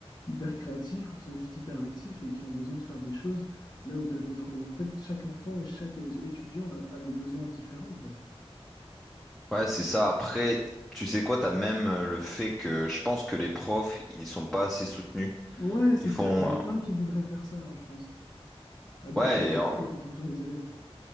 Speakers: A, on the left; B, in the centre.
A: hyper créatifs ou qui sont juste hyper actifs et qui ont besoin de faire des choses là où tu as d'autres. En fait, chaque enfant et chaque étudiant a, a des besoins différents, en fait.
B: Ouais, c'est ça. Après, tu sais quoi, t'as même euh, le fait que je pense que les profs, ils sont pas assez soutenus.
A: Ouais, c'est
B: Ils font,
A: clair, t'en as plein qui voudraient faire ça, hein, je pense. Adapter
B: ouais,
A: leurs
B: et en-
A: cours en fonction des élèves.